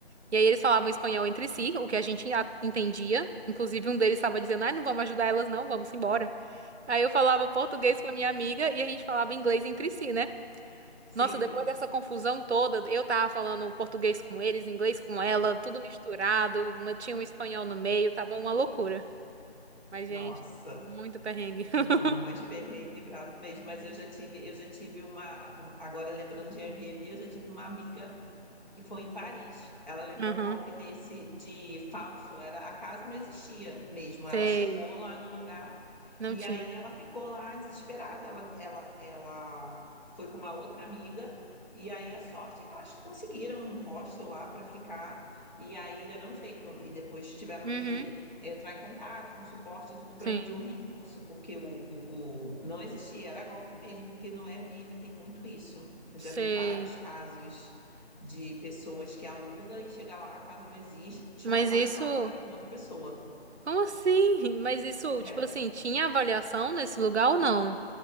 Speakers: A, on the right (about 80°); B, on the left (about 45°).
A: e aí eles falavam espanhol entre si, o que a gente a- entendia. Inclusive, um deles estava dizendo, ai, não vamos ajudar elas, não, vamos embora. Aí eu falava português com a minha amiga e a gente falava inglês entre si, né?
B: Sim,
A: Nossa, depois dessa confusão toda, eu tava falando português com eles, inglês com ela, tudo misturado, mas tinha um espanhol no meio, tava uma loucura. Mas,
B: nossa.
A: gente, muito perrengue. <laughs>
B: Não, mas perrengue brabo mesmo. Mas eu já tive, eu já tive uma. um- agora lembrando de Airbnb, eu já tive uma amiga que foi em Paris. Ela levou
A: Aham,
B: um golpe desse de falso, era a casa não existia mesmo. Ela
A: sei.
B: chegou lá no lugar
A: Não
B: e
A: tinha.
B: aí ela ficou lá desesperada. Ela, ela, ela foi com uma outra amiga e aí a sorte é que elas conseguiram um hostel lá para ficar e aí deram um jeito e depois tiveram
A: Uhum,
B: que entrar em contato com suporte e tudo para
A: sim,
B: pedir um reembolso porque o, o, o não existia, era golpe mesmo, porque no Airbnb tem muito isso. Eu
A: sei.
B: já vi vários casos de pessoas que aluga e chega lá, a casa não existe,
A: Mas
B: ou a casa
A: isso.
B: está alugada com outra pessoa.
A: Como assim? <laughs> Mas isso,
B: É,
A: tipo assim, tinha avaliação nesse lugar ou não?